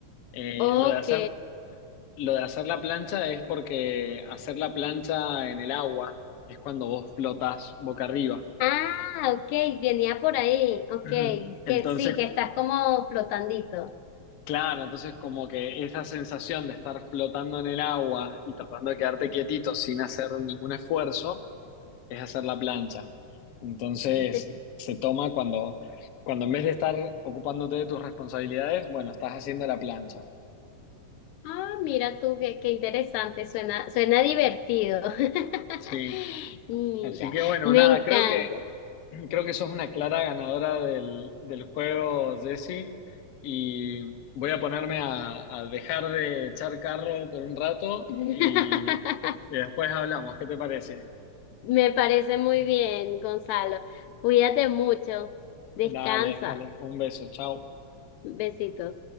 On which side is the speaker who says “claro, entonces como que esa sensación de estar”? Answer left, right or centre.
Left